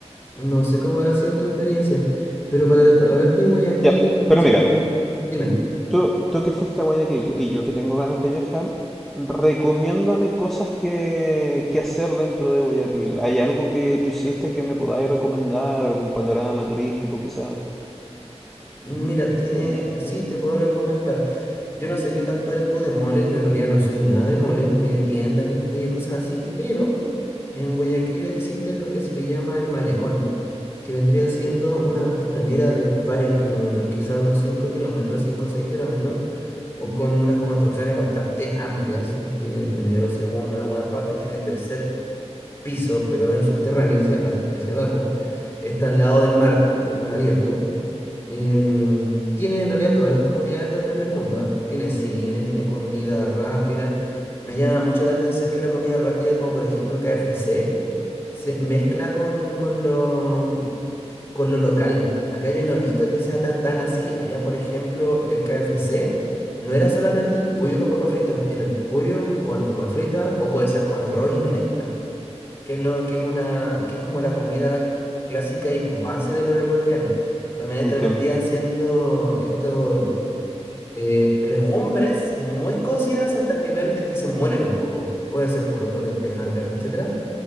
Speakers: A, on the left; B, in the centre.
A: No sé cómo habrá sido tu experiencia, pero para, para verte de Guayaquil
B: Ya,
A: es una
B: pero
A: ciudad
B: mira.
A: que... Dime.
B: Tú, tú que fuiste a Guayaquil y yo que tengo ganas de viajar, recomiéndame cosas que, que hacer dentro de Guayaquil. ¿Hay algo que tú hiciste que me podáis recomendar? ¿Algún panorama turístico quizás?
A: Mira, tiene, sí, te puedo recomendar. Yo no sé qué tanto eres tú de moles, yo en realidad no soy nada de moles, ni de tiendas, ni, ni de cosas así, pero en Guayaquil existe lo que se le llama el malecón, que vendría siendo una costanera de varios kilómetros, quizá unos 5 kilómetros, 5 o 6 kilómetros, o con unas construcciones bastante amplias. Tiene primero, segundo, en algunas partes tiene tercer piso, pero es en subterráneo, hacia, hacia abajo. Está al lado del mar, del mar abierto. Em, tiene en realidad todas las comunidades del primer mundo, ¿ah? Tiene cine, tiene comida rápida. Me llama mucho la atención que la comida rápida, como por ejemplo el K F C se mezcla con, con lo, con lo local. Acá yo no he visto que sea tan, tan así. Allá, por ejemplo, el K F C no era solamente el pollo con papas fritas, era el pollo con papas fritas o puede ser con arroz y menestra que es lo que es una, que es como la comida clásica y base de los ecuatorianos. Los menestres
B: Entiendo.
A: vendían siendo estos eh, legumbres muy cocidas hasta el nivel de que se mueren un poco. Puede ser poroto, lenteja, arveja, etcétera.